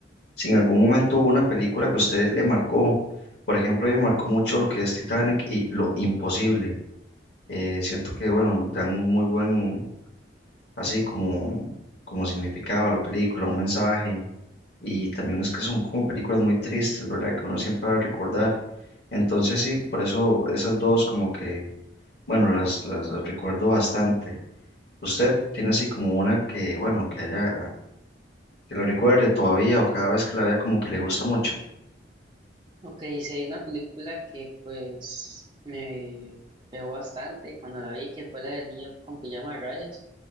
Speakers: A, on the left (about 65°); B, on the right (about 25°).
A: Si en algún momento hubo una película que a usted le marcó, por ejemplo, a mí me marcó mucho lo que es Titanic y Lo Imposible. Eh, siento que, bueno, dan un muy buen, así como, como significado a la película, un mensaje. Y también es que son como películas muy tristes, ¿verdad? Que uno siempre va a recordar. Entonces, sí, por eso esas dos como que, bueno, las, las recuerdo bastante. ¿Usted tiene así como una que, bueno, que haya, que la recuerde todavía o cada vez que la vea como que le gusta mucho?
B: Ok, si hay una película que pues me pegó bastante cuando la vi, que fue la del niño con pijama de rayas,